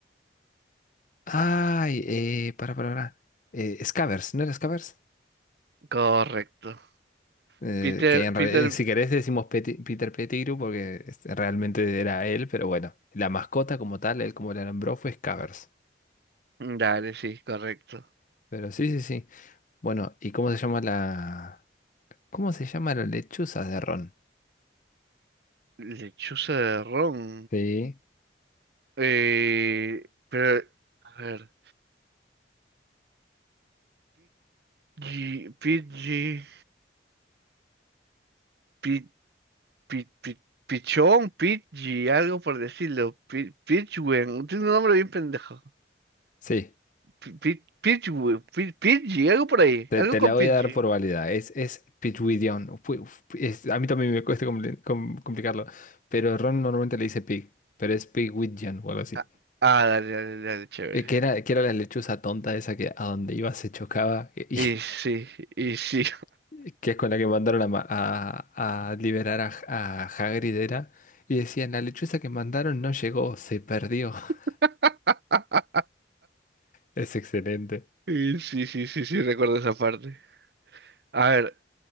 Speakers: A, on the left (about 45°); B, on the right (about 55°).
A: Ay, eh, para, para, para. Eh, Scavers, ¿no era Scavers?
B: Correcto.
A: Eh,
B: Peter,
A: que en
B: Peter,
A: realidad, si querés decimos Peti- Peter Pettigrew porque este, realmente era él, pero bueno, la mascota como tal, él como le nombró fue Scavers.
B: Dale, sí, correcto.
A: Pero sí, sí, sí. Bueno, ¿y cómo se llama la... ¿Cómo se llama la lechuza de ron?
B: Lechuza de ron.
A: Sí,
B: Eh, pero, a ver. Pidgey, Pidgey, Pid, Pid, Pid- Pichón, Pidgey, algo por decirlo. Pi- Pidgewen, tiene un nombre bien pendejo.
A: sí.
B: Pi- Pi- Pidgewen, Pi- Pidgey, algo por ahí,
A: Te,
B: algo
A: te
B: con
A: la
B: Pidgey.
A: voy a dar por válida. Es, es Pigwiddion. Fu- fu- es- a mí también me cuesta compli- com- complicarlo. Pero ron normalmente le dice pig. Pero es Pigwiddion o algo así.
B: Ah, ah, dale, dale, dale, chévere.
A: Eh, Que era, que era la lechuza tonta esa que a donde iba se chocaba. Y,
B: Y
A: y-
B: sí, y sí.
A: <laughs> que es con la que mandaron a, ma- a- a liberar a, a Hagrid era. Y decían, la lechuza que mandaron no llegó, se perdió. <laughs>
B: <laughs>
A: Es excelente.
B: Y sí, sí, sí, sí, recuerdo esa parte. A ver,